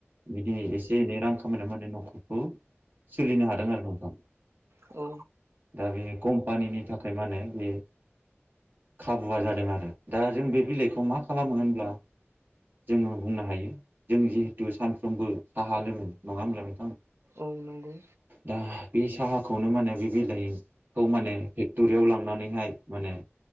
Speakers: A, on the right; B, on the right.
A: बिदि एसे एनै रां खामायना मानाय नखरखौ सोलिनो हादों आरो नोंथां।
B: औ
A: दा बेनि कम्पानिनि थाखाय मा होनो बे खाबुआ जादों आरो दा जों बे बिलाइखौ मा खालामो होनब्ला जोङो बुंनो हायो जों जिहेथु सानफ्रोमबो साहा लोङो नङा होब्ला नोंथां?
B: औ नोंगौ
A: दा बे साहाखौनो माने बे बिलाइ खौ माने फेक्टरियाव लांनानैहाय माहोनो